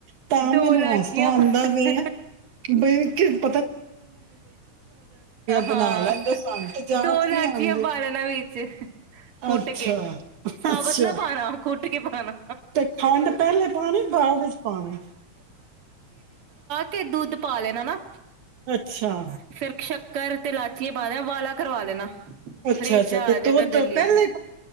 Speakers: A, on the right; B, on the right.
A: ਤਾਂ
B: ਦੋ
A: ਮੈਨੂੰ
B: ਲਾਚੀਆਂ
A: ਹਾਸਾ ਆਂਦਾ
B: ਪਾ
A: ਪਿਆ। ਬਈ ਕਿਦਾ
B: ਹਾਂ,
A: ਬਣਾ ਲੈਂਦੇ ਸਾਨੂੰ ਤੇ ਜਾਚ
B: ਦੋ ਲਾਚੀਆਂ
A: ਨੀ ਆਉਂਦੀ।
B: ਪਾ ਲੈਣਾ ਵਿੱਚ, ਕੁੱਟ
A: ਅੱਛਾ
B: ਕੇ ਸਾਬਤ
A: ਅੱਛਾ
B: ਨਾ ਪਾਣਾ ਕੁੱਟ ਕੇ ਪਾਣਾ।
A: ਤੇ ਖੰਡ, ਪਹਿਲੇ ਪਾਣੀ ਬਾਅਦ ਵਿੱਚ ਪਾਨੀ।
B: ਤੇ ਦੁੱਧ ਪਾ ਲੈਣਾ ਨਾ।
A: ਅੱਛਾ
B: ਫਿਰ ਸ਼ੱਕਰ ਤੇ ਲਾਚੀ ਪਾਓ ਲੈਣਾ, ਵਾਲਾ ਕਰਵਾ ਲੇਣਾ।
A: ਅੱਛਾ
B: ਰੇਜਾ
A: ਅੱਛਾ ਤੇ
B: ਆ ਜੇਗਾ
A: ਦੁੱਧ
B: ਦਲੀਏ
A: ਪਹਿਲਾਂ
B: ਨੂੰ,
A: ਹੀ